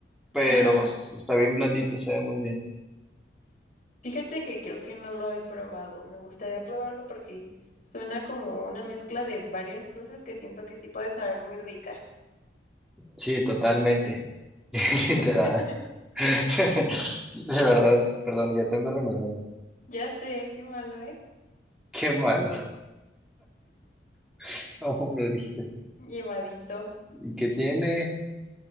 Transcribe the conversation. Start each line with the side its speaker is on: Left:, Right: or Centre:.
Centre: pero
Left: Ajá.
Centre: s- está bien blandito, sabe muy bien.
Left: Fíjate que creo que no lo he probado. Me gustaría probarlo porque suena como una mezcla de varias cosas que siento que sí puede saber muy rica.
Centre: Sí, totalmente. <laughs>
Left: <laughs>
Centre: Literal. <laughs> De verdad, perdón, ya te ando remedando.
Left: Ya sé, qué malo, ¿eh?
Centre: Qué malo, <laughs> como lo dice.
Left: Llevadito.
Centre: ¿Y qué tiene?